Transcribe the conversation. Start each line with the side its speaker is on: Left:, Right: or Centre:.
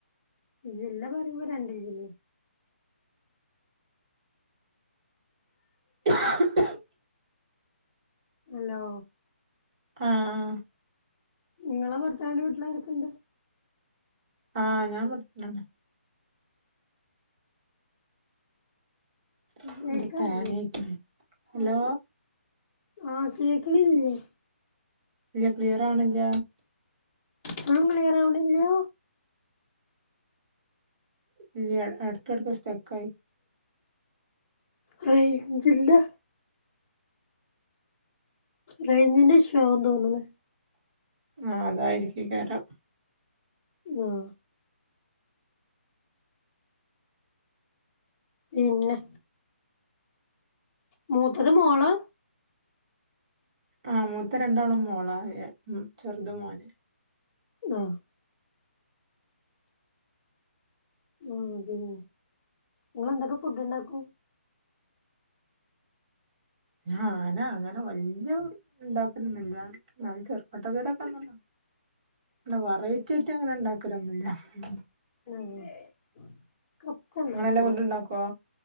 Left: ജില്ല പറയുമ്പോ രണ്ട് ജില്ല
Right: <inaudible>
Left: ഹലോ
Right: ആഹ്
Left: ഇങ്ങളെ ഭർത്താവിന്റെ വീട്ടിലാരെക്കെണ്ട്
Right: ആഹ് ഞാൻ <unintelligible> <unintelligible>
Left: കേക്കാല്ലേ
Right: ഹലോ
Left: ആഹ് കേക്ക്ണ്ല്ലേ
Right: ഇല്ല ക്ലിയർ ആ വണില്ല
Left: ഇപ്പളും ക്ലിയർ ആവുന്നില്ലാ
Right: ഇല്ല്യ എട്ക്കട്ക്ക് സ്റ്റക്കായി
Left: റെയ്ഞ്ചില്ല റയ്ഞ്ചിൻ്റെ ഇഷ്യു ആണ് തോന്ന്ണ്
Right: ആഹ് അതായിരിക്കാകേരം
Left: ആഹ് പിന്നെ മൂത്തത് മോളാ
Right: ആ മൂത്ത രണ്ടാളും മോളാ ഉം ചെറ്ത് മോന്
Left: ആഹ് <unintelligible> നിങ്ങളെന്തൊക്കെ ഫുഡ് ഉണ്ടാക്കും
Right: ആഹ് അനാ അങ്ങനെ വല്ല്യ ഉണ്ടാക്കലൊന്നുല്ല അത് ചെറുപ്പട്ടക്കരൊക്കണല്ലോ എന്ന വെറൈറ്റിയായിട്ട് ഉണ്ടാക്കു ലെ അങ്ങനെ മീന്
Left: ആഹ് കപ്സണ്ടാക്കോ
Right: നിങ്ങളെല്ലാം ഫുഡ് ഉണ്ടാക്കുവോ